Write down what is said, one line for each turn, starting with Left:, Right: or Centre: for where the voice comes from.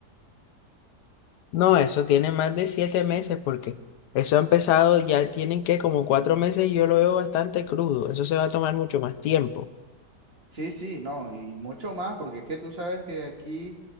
Left: No, eso tiene más de siete meses porque eso ha empezado, ya tienen que como cuatro meses y yo lo veo bastante crudo, eso se va a tomar mucho más tiempo.
Right: Sí, sí, no, y mucho más, porque es que tú sabes que aquí